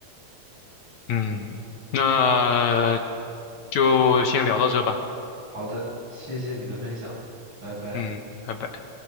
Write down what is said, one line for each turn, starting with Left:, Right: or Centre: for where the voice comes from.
Left: 嗯，那就先聊到这吧。
Right: 好的，谢谢你的分享，拜拜。
Left: 嗯，拜拜。